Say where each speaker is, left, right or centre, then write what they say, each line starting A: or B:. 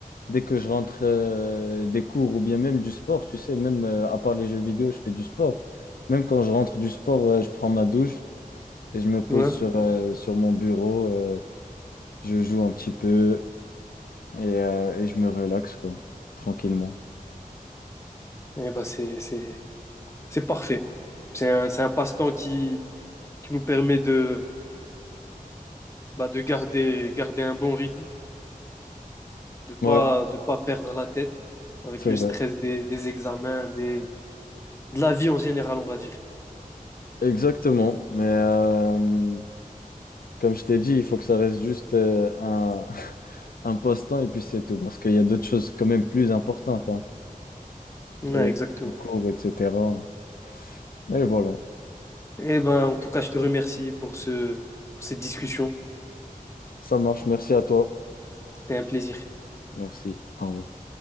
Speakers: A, on the left; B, on the left.
A: dès que je rentre euh, des cours ou bien même du sport, tu sais, même euh, à part les jeux vidéo, je fais du sport. Même quand je rentre du sport, euh, je prends ma douche et je me pose
B: Ouais.
A: sur, euh, sur mon bureau, euh, je joue un petit peu et, euh, et je me relaxe, quoi, tranquillement.
B: Et ben c'est, c'est, c'est parfait. C'est un, c'est un passe-temps qui, qui nous permet de, bah, de garder, garder un bon rythme, de pas,
A: Ouais,
B: de pas perdre la tête avec
A: c'est
B: le
A: vrai.
B: stress des, des examens, des, de la vie en général, on va dire.
A: Exactement. Mais euh, comme je t'ai dit, il faut que ça reste juste euh, un, <laughs> un passe-temps et puis c'est tout. Parce qu'il y a d'autres choses quand même plus importantes, hein.
B: Ouais,
A: Et
B: exactement.
A: les cours, etc. Et voilà.
B: Et ben, en tout cas, je te remercie pour ce, pour cette discussion.
A: Ça marche. Merci à toi.
B: C'était un plaisir.
A: Merci. Au revoir.